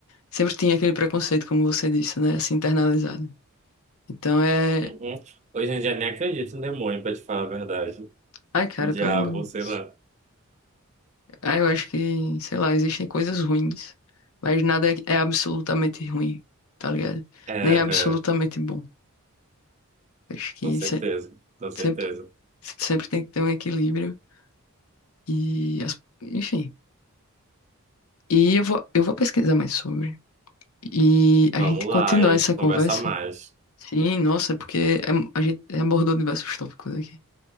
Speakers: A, on the left; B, on the right.
A: sempre tinha aquele preconceito, como você disse, né? Assim, internalizado. Então é.
B: Uhum. Hoje em dia nem acredito em demônio, pra te falar a verdade.
A: Ai, cara,
B: Em Diabo,
A: pelo amor. de
B: sei
A: Deus.
B: lá.
A: Ai, eu acho que, sei lá, existem coisas ruins, mas nada é, é absolutamente ruim, tá ligado?
B: É, é,
A: Nem é absolutamente bom. Acho que
B: com certeza,
A: se-
B: com certeza.
A: sempre, sempre tem que ter um equilíbrio e. as- Enfim. E eu vou, eu vou pesquisar mais sobre. E a
B: Vamos
A: gente continua
B: lá, a gente
A: essa
B: conversa
A: conversa.
B: mais.
A: Sim, nossa, é porque é- a gente é abordou diversos tópicos aqui.